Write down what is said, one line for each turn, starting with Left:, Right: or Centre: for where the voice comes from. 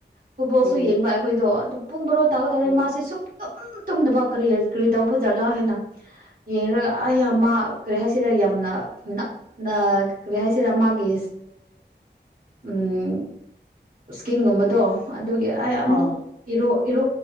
Right: ꯐꯨꯠꯕꯣꯜꯁꯨ
Left: ꯎꯝ
Right: ꯌꯦꯡꯕ ꯑꯩꯈꯣꯏꯗꯣ ꯑꯗꯨ ꯄꯨꯡ ꯕꯔꯣ ꯇꯥꯒꯗꯧꯔꯦ
Left: ꯎꯝ
Right: ꯃꯥꯁꯤꯦ ꯁꯨꯞꯨꯝ ꯇꯨꯝꯗꯅꯕ ꯀꯔꯤ ꯀꯔꯤ ꯇꯧꯕ ꯖꯥꯠꯂꯥ ꯍꯥꯏꯅ ꯌꯦꯡꯔꯒ ꯑꯩꯃ ꯀꯔꯤ ꯍꯥꯏꯁꯤꯔ ꯌꯥꯝꯅ ꯅꯞ ꯀꯔꯤ ꯍꯥꯏꯁꯤꯔꯥ ꯃꯥꯒꯤ ꯎꯝ ꯏꯁꯀꯤꯟꯒꯨꯝꯕꯗꯣ ꯑꯗꯨꯒꯤ ꯑꯩ ꯑꯃꯨꯛ
Left: ꯑꯣ
Right: ꯏꯔꯣ ꯏꯔꯨ